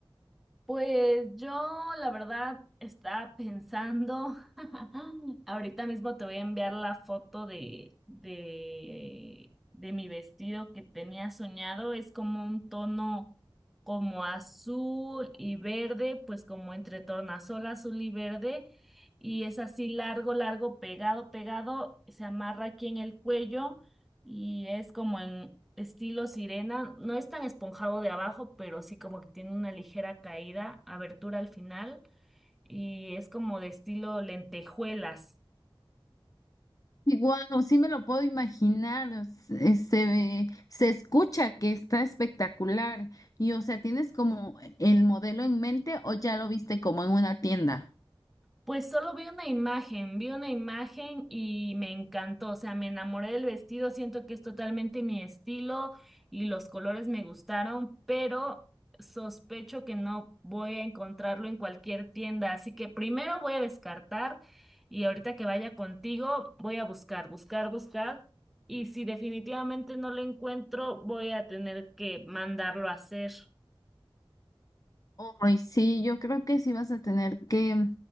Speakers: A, in the centre; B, on the left.
A: Pues yo, la verdad, estaba pensando, <laughs> ahorita mismo te voy a enviar la foto de, de, de mi vestido que tenía soñado, es como un tono como azul y verde, pues como entre tornasol azul y verde, y es así largo, largo, pegado, pegado, se amarra aquí en el cuello y es como en estilo sirena, no es tan esponjado de abajo, pero sí como que tiene una ligera caída, abertura al final, y es como de estilo lentejuelas.
B: Y guau, sí me lo puedo imaginar, o se, se ve- se escucha que está espectacular. Y o sea, ¿tienes como el modelo en mente o ya lo viste como en una tienda?
A: Pues solo vi una imagen, vi una imagen y me encantó, o sea, me enamoré del vestido, siento que es totalmente mi estilo y los colores me gustaron, pero sospecho que no voy a encontrarlo en cualquier tienda, así que primero voy a descartar y ahorita que vaya contigo voy a buscar, buscar, buscar y si definitivamente no lo encuentro voy a tener que mandarlo a hacer.
B: Ay, sí, yo creo que sí vas a tener que,